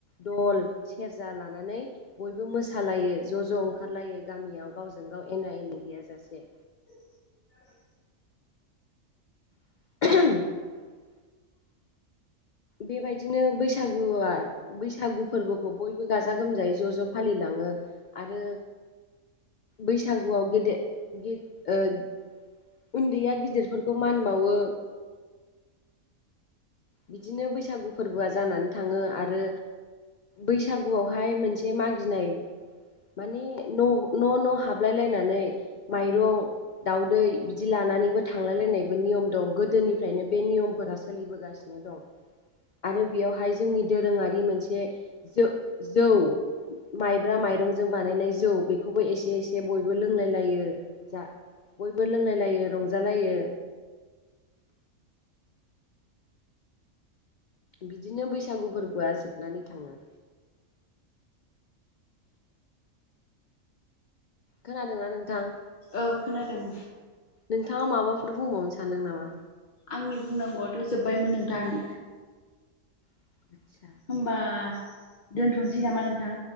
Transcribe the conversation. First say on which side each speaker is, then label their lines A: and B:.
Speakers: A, on the left (about 70°); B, on the left (about 45°).
A: दल सेरजा लानानै बयबो मोसालायो ज' ज' ओंखारलायो गामियाव गावजों गाव एना एनि गैयाजासे
B: <inaudible>
A: <unintelligible> बेबायदिनो बैसागुवा बैसागु फोरबोखौ बयबो बो गाजा गोमजायै ज' ज' फालिलांङो आरो बैसागुवाव गेदेर देर ओ उन्दैया गिदिरफोरखौ मान बाउवो बिदिनो बैसागु फोरबोआ जानानै थांङो आरो बैसागुवावहाय मोनसे मागिनाय माने न' न' न' हाबलायलायनानै माइरं दाउदै बिदि लाना नानैबो थांलाय लायनायबो नियम दं गोदोनिफ्रायनो बे नियमफोरा सोलिबोगासिनो दं। आरो बेयावहाय जोंनि दोरोंङारि मोनसे जो-जौ माइब्रा माइ? माइरंजों बानायनाय जौ बेखौबो एसे एसे बयबो लोंलाय लायो <inaudible> बयबो लोंलाय लायो रंजालायो बिदिनो बैसागु फोरबोआ जोबनानै थांङो खोनादोंना नोंथां?
B: औ खोनादों
A: नोंथांङा माबाफोर बुंबावनो सानदों नामा?
B: आंनि बुंनांगौवाथ' जोब्बायमोन नोंथां
A: <inaudible>
B: होमबा दोनथ'नोसै नामा नोंथां?